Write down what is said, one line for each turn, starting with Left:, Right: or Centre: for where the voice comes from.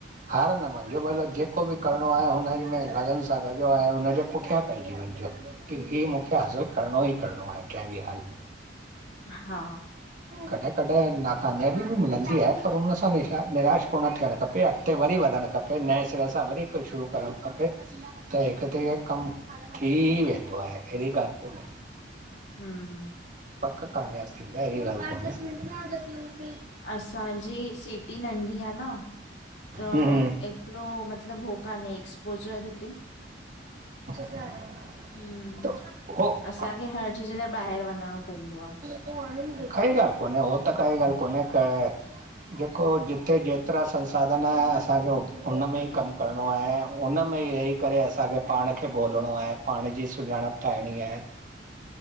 Right: हार न मञिजो मतलब जेको बि करिणो आ हुनम में लगन सां कॼो ऐं हुनजे पुठियां पइजी वञिजो। की ही मूंखे हासिलु करिणो ई करिणो आहे कंहिं बि हाल में।
Left: हा।
Right: कॾहिं- कॾहिं नाकामयाबी बि मिलंदी आ पर हुन सां निराश कोन थियणु खपे। अगते वरी वधणु खपे नए सिरे सां वरी हिकु शुरू करणु खपे। त हिकु त इहो कमु थी वेंदो आहे अहिड़ी ॻाल्हि कोन्हे।
Left: हूं।
Right: पक कामयाब थींदी इहिड़ी गाल कोने।
Left: असांजी सिटी नंढी आ। न त
Right: हम्म हम्म
Left: एतिरो मतलब हो कान्हे एक्सपोजर हिते
Right: <inaudible>
Left: हम्म असांखे हर चीज लाइ ॿाहिरि वञणो पवंदो आ।
Right: काई ॻालहि कोने हो त काई ॻालहि कोने क जेको जिते जेतिरा संसाधन आहे, असांखे औत हुनमें ई कमु करिणो आहे। हुन में ई रही करे असांखे पाण खे ॻोल्हिणो आहे, पाण जी सुञाणप ठाहिणी आहे।
Left: <inaudible>